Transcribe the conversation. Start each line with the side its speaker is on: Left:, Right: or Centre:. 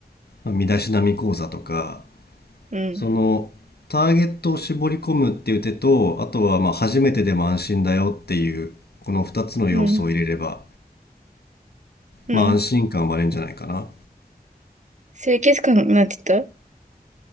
Left: 身だしなみ講座とか
Right: うん。
Left: そのターゲットを絞り込むっていう手とあとはまあ初めてでも安心だよっていうこの2つの要素を入れれば
Right: うん。うん。
Left: まあ安心感は生まれるんじゃないかな。
Right: 清潔感、なんて言った <laughs>